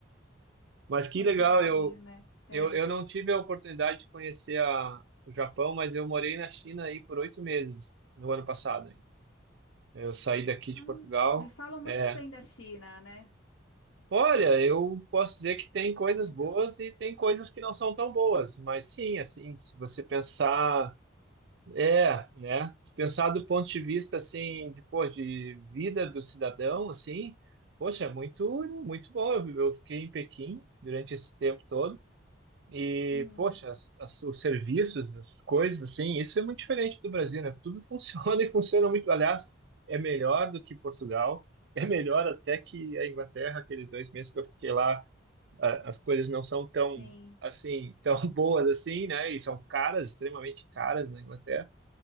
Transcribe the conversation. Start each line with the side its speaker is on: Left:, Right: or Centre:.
Right: Mas que
Left: puxadinho,
Right: legal, eu,
Left: né? É.
Right: eu, eu não tive a oportunidade de conhecer a, o Japão, mas eu morei na China aí por oito meses no ano passado. hein. Eu saí daqui de
Left: Ah,
Right: Portugal.
Left: me falam muito
Right: É.
Left: bem da China, né?
Right: Olha, eu posso dizer que tem coisas
Left: Eu muito,
Right: boas
Left: eu,
Right: e tem coisas que não são tão boas, mas sim, assim, se você pensar. É, né? Se pensar do ponto de vista assim, de, pô, de vida do cidadão, assim, poxa, é muito, muito bom. Eu, eu fiquei em Pequim durante esse tempo todo e,
Left: hum,
Right: poxa, as, as- os serviços, as coisas, assim, isso é muito diferente do Brasil, né? Tudo funciona <laughs> e funciona muito. Aliás, é melhor do que Portugal, é melhor até que a Inglaterra, aqueles dois meses que eu fiquei lá, a- as coisas não são tão
Left: sim.
Right: assim, tão <laughs> boas assim, né? E são caras, extremamente caras na Inglaterra.